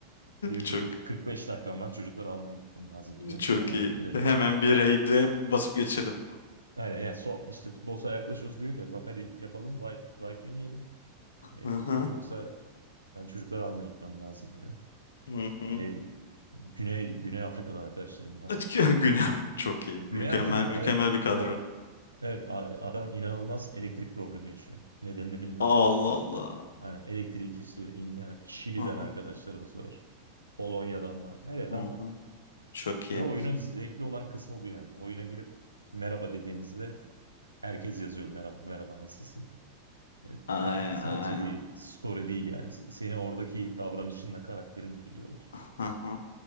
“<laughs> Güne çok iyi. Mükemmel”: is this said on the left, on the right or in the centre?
Left